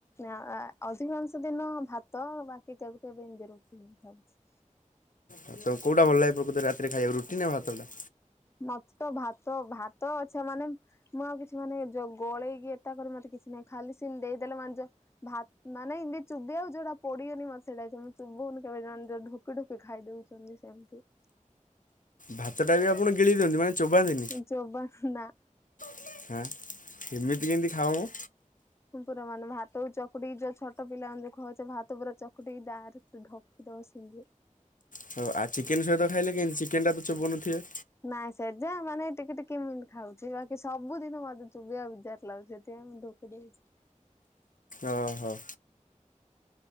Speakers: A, on the left (about 20°); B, on the left (about 85°).
A: ଅ ଅଧିକାଂଶ ଦିନ ଭାତ ବାକି କେବେ କେବେ ଏମତି ରୋଟି ହିଁ ଖାଉଛି।
B: ତମକୁ କୋଉଟା ଭଲ ଲାଗ ପ୍ରକୃତରେ ରାତିରେ ଖାଇବାକୁ ରୁଟି ନ ଭାତଟା?
A: ମତେ ତ ଭାତ ଭାତ ଅଛି ମାନେ ମୁଁ ଆଉ କିଛି ମାନେ ଜ ଗୋଳେଇକି ଏତା କରି ମତେ କିଛି ନାହିଁ ଖାଲି ସିମତି ଦେଇଦେଲେ ମାନ ଯ ଭାତ୍ ମାନେ ଏମିତି ଚୁବେଇବାକୁ ଯୋଉଟା ପଡିିବନି ମତେ ସେଇଟା <unintelligible> ମୁଁ ଚୋବଉନି କେବେ <unintelligible> ଢୋକ୍ <unintelligible> ଡୋକେ ଖାଇଦଉଛନ୍ତି ସେମତି।
B: ଭାତଟା ବି ଆପଣ ଗିଳି ଦିଅନ୍ତି ମାନେ ଚୋବାନ୍ତିନି?
A: ମୁଁ ଚୋବା ନା।
B: ହଁ ଏମିତି କେମିତି ଖାଉ
A: ପୁରା ମାନେ ଭାତ ଚକୁଟିି ଯୋ ଛଟିଲାମାନେ ଦେଖୁାଉଛେ ଭାତ ପୁରା ଚକୁଟି ଡକ <unintelligible>
B: ହଉ ଆଉ ଚିକେନ ସହିତ ଖାଇଲେ କେମିତି ଚିକେନ୍ ଟା ତ ଚୋବଉନଥିବେ?
A: ନାଇଁ ସେଯା ମାନେ ଟିକେ ଟିକେ କେମିତି ଖାଉଛି ବାକି ସବୁଦିନ ମତେ ଚୁବିଆ ବିଜାର ଲାଗୁଛି ସେଥିପାଇଁ <unintelligible>
B: ଓ ହୋ।